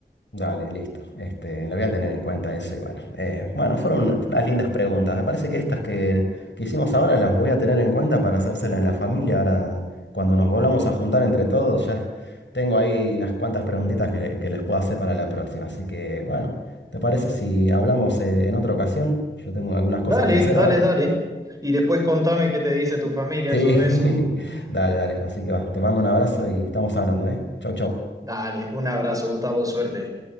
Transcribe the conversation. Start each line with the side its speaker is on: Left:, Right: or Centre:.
Left: Dale, listo. Este, lo voy a tener en cuenta eso y bueno. eh, bueno, fueron una- unas lindas preguntas. Me parece que estas que, que hicimos ahora las voy a tener en cuenta para hacérsela en la familia. Ahora, cuando nos volvamos a juntar entre todos, ya tengo ahí unas cuantas preguntitas que, que les puedo hacer para la próxima. Así que, bueno, ¿te parece si hablamos eh, en otra ocasión? Yo tengo algunas
Right: Dale,
Left: cosas que hacer
Right: dale,
Left: ahora.
Right: dale. Y después contame qué te dice tu familia
Left: Sí,
Right: sobre eso.
Left: <laughs> dale, dale. Así que va, te mando un abrazo y estamos hablando, ¿eh? Chau, chau.
Right: Dale, un abrazo, Gustavo, suerte.